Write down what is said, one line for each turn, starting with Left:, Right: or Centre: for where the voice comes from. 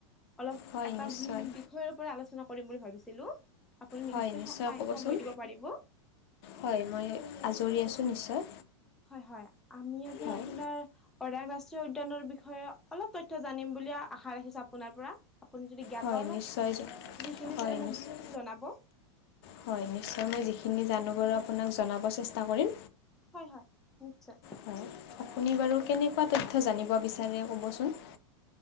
Centre: অলপ
Left: হয়
Centre: এটা
Left: নিশ্চয়
Centre: বিষয়ৰ পৰা আলোচনা কৰিম বুলি ভাবিছিলোঁ। আপুনি
Left: হয়
Centre: নিশ্চয় টা-সময়
Left: ক'বচোন
Centre: দিব পাৰিব।
Left: হয়, মই আজৰি আছোঁ নিশ্চয়।
Centre: হয় হয়, আমি আজি
Left: হয়
Centre: আপোনাৰ অৰাং ৰাষ্ট্ৰীয় উদ্যানৰ বিষয়ে অলপ তথ্য জানিম বুলি আশা ৰাখিছোঁ আপোনাৰ পৰা। আপুনি যদি জ্ঞাত
Left: হয়
Centre: অলপ
Left: নিশ্চয় জ
Centre: যিখিনি
Left: হয়
Centre: জানে মোক
Left: নিশ্চয়
Centre: জনাব।
Left: হয় নিশ্চয়, মই যিখিনি জানো বাৰু আপোনাক জনাব চেষ্টা কৰিম।
Centre: হয় হয়, নিশ্চয়।
Left: হয়, আপুনি বাৰু কেনেকুৱা তথ্য জানিব বিচাৰে ক'বচোন।